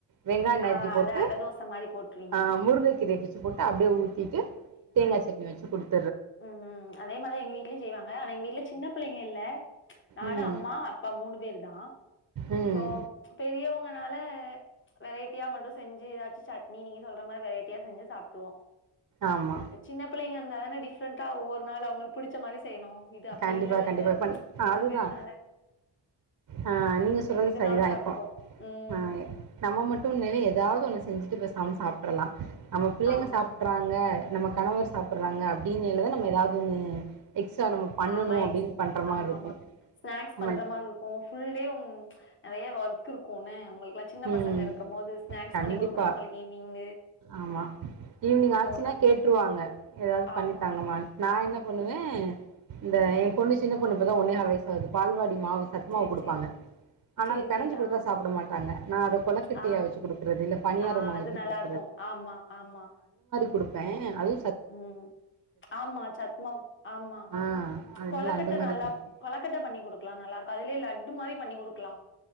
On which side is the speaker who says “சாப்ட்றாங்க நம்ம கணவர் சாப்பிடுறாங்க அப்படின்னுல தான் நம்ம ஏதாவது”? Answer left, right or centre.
Right